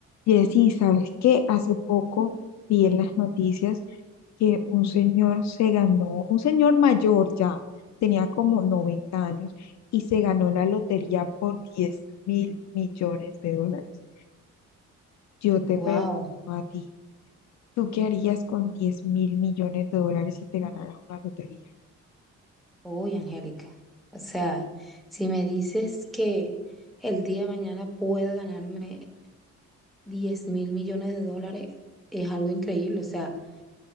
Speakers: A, on the left (about 65°); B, in the centre.
A: Jessy, ¿sabes qué? Hace poco vi en las noticias que un señor se ganó, un señor mayor ya, tenía como 90 años y se ganó la lotería por 10 mil millones de dólares. Yo te
B: Wow,
A: pregunto a ti, ¿tú qué harías con 10 mil millones de dólares si te ganaras una lotería?
B: uy, Angélica. O sea, si me dices que el día de mañana pueda ganarme diez mil millones de dólares, es algo increíble. O sea,